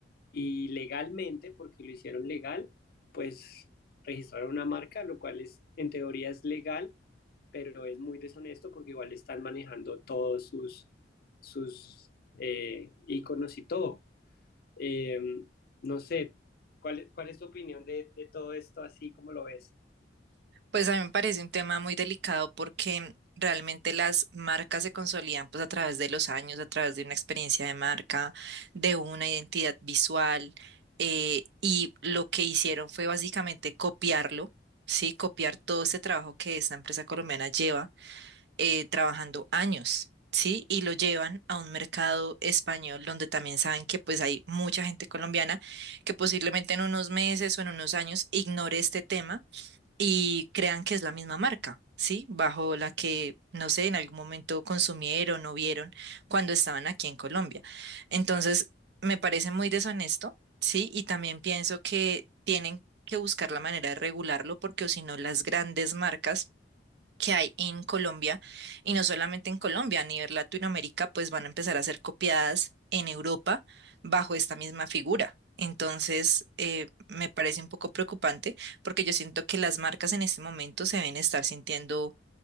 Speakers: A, on the left; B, on the right.
A: y legalmente, porque lo hicieron legal, pues registraron una marca, lo cual es, en teoría es legal, pero es muy deshonesto porque igual están manejando todos sus, sus eh, iconos y todo. Eh, no sé, ¿cuál, es- cuál es tu opinión de, de todo esto así como lo ves?
B: Pues a mí me parece un tema muy delicado porque realmente las marcas se consolidan pues a través de los años, a través de una experiencia de marca, de una identidad visual eh, y lo que hicieron fue básicamente copiarlo, ¿sí? Copiar todo ese trabajo que esta empresa colombiana lleva eh, trabajando años, ¿sí? Y lo llevan a un mercado español donde también saben que pues hay mucha gente colombiana que posiblemente en unos meses o en unos años ignore este tema y crean que es la misma marca, ¿sí? Bajo la que, no sé, en algún momento consumieron o vieron cuando estaban aquí en Colombia. Entonces, me parece muy deshonesto, ¿sí? Y también pienso que tienen que buscar la manera de regularlo porque o si no las grandes marcas que hay en Colombia y no solamente en Colombia, a nivel Latinoamérica, pues van a empezar a ser copiadas en Europa bajo esta misma figura. Entonces, eh, me parece un poco preocupante porque yo siento que las marcas en este momento se deben estar sintiendo